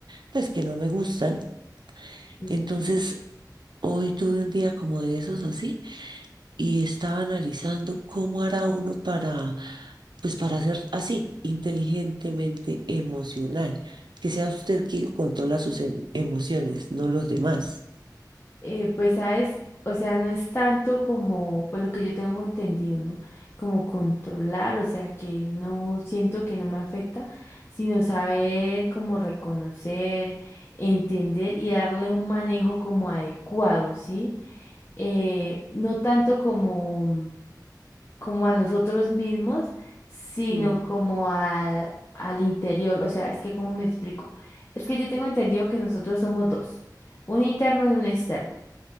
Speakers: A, on the right; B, on the left.
A: pues que no me gustan?
B: sí,
A: Entonces, hoy tuve un día como de esos así y estaba analizando cómo hará uno para, pues para ser así, inteligentemente emocional, que sea usted quien controla sus em- emociones, no los demás.
B: Eh, pues sabes, o sea, no es tanto como, pues lo que yo tengo entendido, ¿no? Como controlar, o sea, que no siento que no me afecta, sino saber como reconocer, entender y darle un manejo como adecuado, ¿sí? Eh, no tanto como como a nosotros mismos, sino
A: Mm.
B: como a- al interior. O sea, es que, ¿cómo me explico? Es que yo tengo entendido que nosotros somos dos, un interno y un externo.